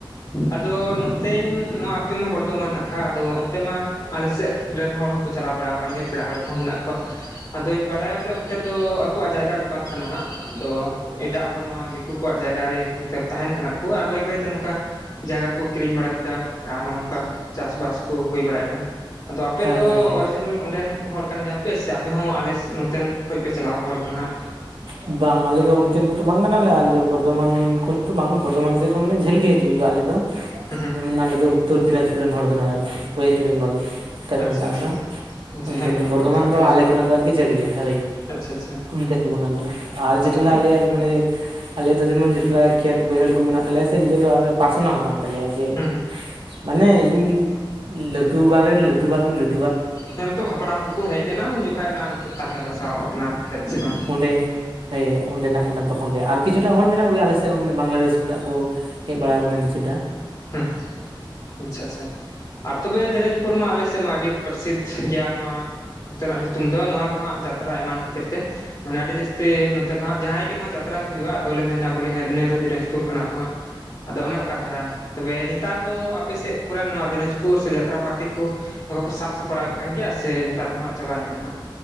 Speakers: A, on the left (about 50°); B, on the right (about 75°).
A: ᱟᱫᱚ ᱱᱚᱛᱮᱧᱼᱼ ᱱᱚᱣᱟ ᱟᱯᱮ ᱢᱟ ᱵᱚᱨᱫᱷᱚᱢᱟᱱ ᱱᱟᱠᱷᱟ ᱟᱫᱚ ᱚᱱᱛᱮ ᱢᱟ ᱟᱞᱮᱥᱮᱫ ᱨᱮᱱ ᱦᱚᱲ ᱦᱚᱼᱼ ᱠᱚ ᱪᱟᱞᱟᱣ ᱵᱟᱲᱟᱣ ᱠᱟᱱ ᱜᱮᱭᱟ ᱯᱮᱲᱟ ᱦᱚᱲ ᱠᱚᱦᱚᱸ ᱢᱮᱱᱟᱜ ᱠᱚᱣᱟ ᱟᱫᱚᱧ ᱵᱟᱲᱟᱭᱟ ᱵᱚᱞᱮ ᱚᱱᱛᱮ ᱫᱚᱼᱼ ᱩᱱᱠᱩᱣᱟᱜ ᱡᱟᱭᱜᱟ ᱫᱚ ᱵᱟᱝ ᱠᱟᱱᱟ ᱦᱟᱸᱜ ᱟᱫᱚᱼᱼ ᱮᱴᱟᱜ ᱦᱚᱲ ᱱᱚᱣᱟ ᱫᱤᱠᱩ ᱠᱚᱣᱟᱜ ᱡᱟᱭᱜᱟᱨᱮ ᱢᱚᱛᱚ ᱛᱟᱦᱮᱱ ᱠᱟᱱᱟ ᱠᱚ ᱟᱨ ᱵᱟᱹᱭ ᱵᱟᱹᱭ ᱛᱮ ᱱᱚᱝᱠᱟᱼᱼ ᱡᱟᱭᱜᱟ ᱠᱚ ᱠᱤᱨᱤᱧ ᱵᱟᱲᱟ ᱠᱮᱫᱟ, ᱟᱨ ᱱᱚᱜᱱᱚᱝᱠᱟ ᱪᱟᱥᱵᱟᱥ ᱠᱚ ᱦᱳᱭ ᱵᱟᱲᱟ ᱠᱟᱱᱟ ᱟᱫᱚ ᱟᱯᱮ
B: ᱦᱳᱭ
A: ᱫᱚ
B: ᱦᱳᱭ
A: ᱚᱨᱤᱡᱤᱱᱟᱞᱼᱼ ᱚᱸᱰᱮᱱ ᱠᱚ ᱦᱚᱲ ᱠᱟᱱ ᱜᱮᱭᱟᱯᱮ ᱥᱮ ᱟᱯᱮ ᱦᱚᱸ ᱟᱞᱮ ᱱᱚᱛᱮᱱ ᱠᱷᱚᱡ ᱯᱮ ᱪᱟᱞᱟᱣ ᱦᱚᱲ ᱠᱟᱱᱟ ᱦᱟᱜ?
B: <unintelligible> ᱵᱟᱝ ᱟᱞᱮᱫᱚ ᱚᱱᱛᱮᱱ ᱠᱚᱛᱚ ᱵᱟᱝ ᱠᱟᱱᱟᱞᱮ ᱟᱞᱮᱫᱚ ᱵᱟᱝ ᱟᱞᱮ ᱫᱚ ᱚᱱᱛᱮᱱ ᱠᱚᱫᱚ ᱵᱟᱝ ᱠᱟᱱᱟᱞᱮ ᱟᱞᱮ ᱫᱚ ᱵᱚᱨᱫᱷᱚᱢᱟᱱ ᱠᱷᱚᱱ ᱛᱚ ᱵᱟᱝ ᱵᱚᱨᱫᱷᱚᱢᱟᱱ ᱥᱮᱫ ᱠᱷᱚᱱ ᱢᱟᱱᱮ ᱡᱷᱟᱹᱞ ᱜᱮ ᱦᱤᱡᱩᱜ ᱦᱩᱭᱩᱜᱼᱟ ᱟᱞᱮ ᱫᱚ
A: ᱦᱮᱸ ᱦᱮᱸ
B: ᱡᱮᱢᱚᱱ ᱟᱞᱮ ᱫᱚ ᱩᱛᱛᱚᱨ ᱫᱤᱱᱟᱡᱽᱯᱩᱨ ᱨᱮᱱ ᱦᱚᱲ ᱠᱟᱱᱟ ᱞᱮ ᱟᱨᱠᱤ ᱚᱭᱮᱥᱴ ᱵᱮᱝᱜᱚᱞ᱾ ᱚᱱᱛᱮ ᱠᱚ
A: ᱟᱪᱪᱷᱟ
B: ᱢᱮᱛᱟᱜ
A: ᱟᱪᱪᱷᱟ
B: ᱠᱟᱱᱟ
A: ᱟᱪᱪᱷᱟ
B: ᱚᱱᱛᱮ
A: ᱦᱮᱸ ᱦᱮᱸ
B: ᱫᱚ ᱵᱚᱨᱫᱷᱚᱢᱟᱱ
A: ᱩᱛᱛᱚᱨ ᱫᱤᱱᱟᱡᱽᱯᱩᱨ
B: ᱫᱚ ᱟᱞᱮᱼᱼ ᱟᱨᱠᱤ ᱡᱟᱹᱲ ᱜᱮᱭᱟ ᱦᱳᱭ
A: ᱟᱪᱪᱷᱟ ᱟᱪᱪᱷᱟ
B: ᱚᱱᱛᱮᱱᱠᱩ ᱠᱟᱱᱟᱞᱮ ᱟᱨ
A: ᱟᱪᱪᱷᱟ
B: ᱡᱮᱴᱟᱞᱮ
A: ᱦᱮᱸ
B: ᱟᱞᱮᱭᱟᱜᱼᱼ ᱢᱟᱱᱮ ᱟᱞᱮ ᱫᱚ ᱡᱮᱢᱚᱱ ᱡᱚᱛᱞᱟᱭ ᱠᱷᱮᱛ ᱵᱟᱹᱭᱦᱟᱹᱲ ᱠᱚ ᱢᱮᱱᱟᱜ ᱛᱟᱞᱮᱭᱟ ᱥᱮ ᱱᱤᱡᱮ ᱫᱚ ᱟᱨ ᱯᱟᱨᱥᱚᱱᱟᱞ ᱠᱟᱱᱼᱼ ᱛᱟᱞᱮᱭᱟ ᱡᱮ
A: ᱦᱮᱸ ᱦᱮᱸ
B: ᱢᱟᱱᱮ ᱤᱧ ᱞᱟᱹᱴᱩ ᱵᱟᱨ ᱨᱮᱱ ᱞᱟᱹᱴᱩ ᱵᱟᱨ ᱨᱮᱱ ᱞᱟᱼᱼ
A: ᱦᱮᱸᱢ ᱛᱚ ᱦᱟᱯᱲᱟᱢ ᱠᱚᱠᱚ ᱦᱮᱡ ᱞᱮᱱᱟ ᱩᱱ ᱡᱚᱠᱷᱚᱡ ᱚᱱᱟᱚ ᱛᱟᱦᱮᱸ ᱵᱟᱥᱟᱣ ᱟᱯᱱᱟᱨ ᱠᱷᱮᱛ ᱥᱮ ᱵᱟᱝ,
B: ᱦᱮᱸ ᱚᱸᱰᱮᱱᱟᱜ ᱠᱟᱱᱟ ᱛᱚᱠᱷᱚᱱ ᱜᱮ ᱟᱨ ᱠᱤᱪᱷᱩᱴᱟ ᱦᱚᱲ ᱢᱮᱱᱟᱜ ᱠᱚᱜᱭᱟ ᱟᱞᱮ ᱥᱮᱫ ᱦᱚᱸ ᱢᱟᱱᱮ ᱵᱟᱝᱞᱟᱫᱮᱥ ᱠᱷᱚᱱᱟᱜ ᱠᱚᱼᱼ ᱦᱮᱡ ᱵᱟᱲᱟᱣ ᱟᱠᱟᱱᱟ ᱠᱤᱪᱷᱩᱴᱟ,
A: ᱦᱩᱸ ᱟᱪᱪᱷᱟ ᱟᱪᱪᱷᱟ ᱟᱨ ᱛᱚᱵᱮ ᱫᱤᱱᱟᱡᱽᱯᱩᱨ ᱢᱟ ᱟᱞᱮᱥᱮᱫ ᱢᱟ ᱟᱹᱰᱤᱼᱼ ᱯᱨᱚᱥᱤᱫ ᱜᱮᱭᱟ ᱱᱚᱣᱟ ᱚᱱᱛᱮᱱᱟᱜ ᱧᱩᱛᱩᱢ ᱫᱚ ᱱᱚᱣᱟ ᱫᱚ ᱦᱟᱸᱜ ᱡᱟᱛᱨᱟ ᱮᱢᱟᱱ ᱠᱷᱟᱹᱛᱤᱨ ᱛᱮᱼᱼ ᱢᱟᱱᱮ ᱟᱹᱰᱤ ᱡᱟᱹᱥᱛᱤ ᱱᱚᱛᱮ ᱫᱚ ᱦᱟᱸᱜ ᱡᱟᱦᱟᱸᱭ ᱜᱮ ᱱᱚᱣᱟ ᱡᱟᱛᱨᱟ ᱠᱚ ᱦᱩᱭᱩᱜᱼᱟ ᱟᱫᱚᱞᱮ ᱢᱮᱱᱟ ᱵᱚᱞᱮ ᱦᱮᱸ ᱱᱤᱭᱟᱹ ᱫᱚ ᱫᱤᱱᱟᱡᱽᱯᱩᱨ ᱠᱟᱱᱟ ᱠᱚ ᱦᱟᱸᱜ᱾ ᱟᱫᱚ ᱚᱱᱮ ᱚᱱᱠᱟ ᱫᱷᱟᱨᱟ ᱛᱚᱵᱮ ᱱᱮᱛᱟᱨ ᱫᱚ ᱟᱯᱮ ᱥᱮᱫ ᱠᱚᱨᱮᱱ ᱱᱚᱣᱟ ᱫᱤᱱᱟᱡᱽᱯᱩᱨ ᱥᱮ ᱡᱟᱛᱨᱟ ᱯᱟᱨᱴᱤ ᱠᱩᱼᱼ ᱚᱝᱠᱟ ᱠᱚ ᱥᱟᱵ ᱥᱟᱯᱲᱟᱣᱮᱫ ᱠᱟᱱ ᱜᱮᱭᱟ ᱥᱮ ᱱᱮᱛᱟᱨ ᱫᱚ ᱦᱟᱸᱜ ᱪᱟᱵᱟ ᱧᱚᱜ ᱱᱟᱦᱟᱸᱜ᱾